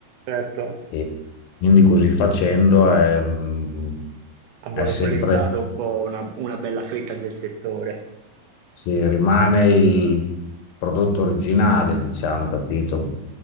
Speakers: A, on the right; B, on the left.
A: Certo,
B: E quindi così facendo è, mh,
A: ha monopolizzato
B: è sempre,
A: un po' una, una bella fetta del settore.
B: si rimane il prodotto originale, diciamo, capito?